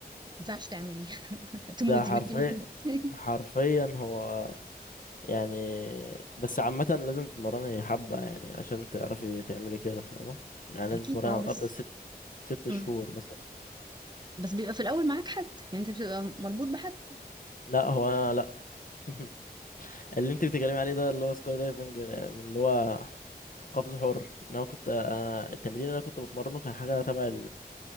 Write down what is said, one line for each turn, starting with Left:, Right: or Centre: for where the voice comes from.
Right: ما ينفعش تعملي هتموتي
Left: ده حرفيا
Right: وانت بتموتي
Left: حرفيا هو يعني بس عامة لازم تتمرني حبة يعني عشان تعرفي تعملي كده فاهمة يعني
Right: <laughs>
Left: لازم
Right: اكيد
Left: تتمرني
Right: ما
Left: على
Right: هو بس
Left: الأرض ست ست شهور
Right: مم.
Left: مثلا
Right: بس بيبقى في الاول معاك حد يعني انت بتبقى مربوط بحد
Left: لا هو أنا لا <laughs> اللي انت بتتكلمي عليه ده اللي هو سكاي دايفنج من اللي هو قفز حر ان انا كنت انا التمرين اللي انا كنت بتمرنه كان حاجة تبع